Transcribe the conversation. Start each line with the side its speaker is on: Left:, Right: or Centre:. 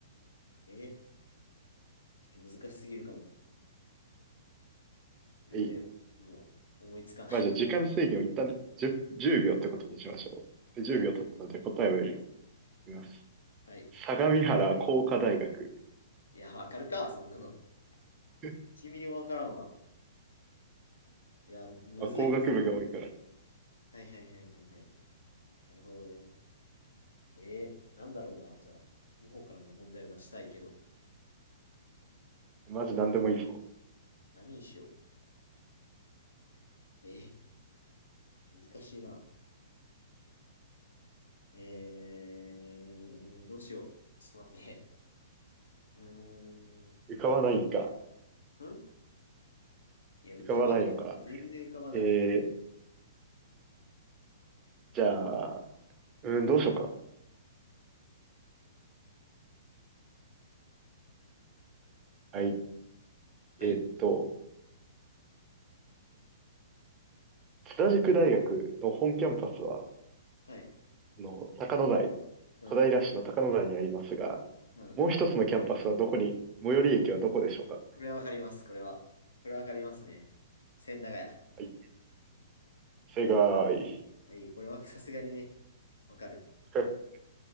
Left: えー、ちょっと難しすぎるかも。全然、
Right: はい。
Left: もう、思いつかない。
Right: まあじゃあ時間制限を一旦10、秒ってことにしましょう。で、10秒経ったので答えを言
Left: はい。
Right: います。
Left: はい。
Right: 相模原工科大学。
Left: いや、わかるか、そんなの。
Right: <laughs>
Left: 1ミリもわからんわ。いや、むずいな。
Right: まあ、工学部が多いから。
Left: はいはいはいはいはい。なるほどね。えー、なんだろうな。じゃあ、この方からも問題を出したいけど、
Right: マジ何でもいいぞ。
Left: 何にしよう。えー、難しいな。えー、どうしよう。ちょっと待って。うーん。
Right: 浮かばないんか。
Left: んいや、浮かばない。
Right: 浮かばないのか。
Left: 全然浮かばない。
Right: えー、じゃあ、うん、どうしようかな。はい。
Left: はい。
Right: えーっと、津田塾大学の本キャンパスは、
Left: はい。
Right: あの、高野台、
Left: うん。
Right: 小平市の高野台にありますが、
Left: うん。
Right: もう一つのキャンパスはどこに、最寄り駅はどこでしょうか
Left: これはわかります。これは。これはわかりますね。千駄ヶ谷。
Right: はい、正解。
Left: はい。これはさすがにね、わかる。
Right: <laughs>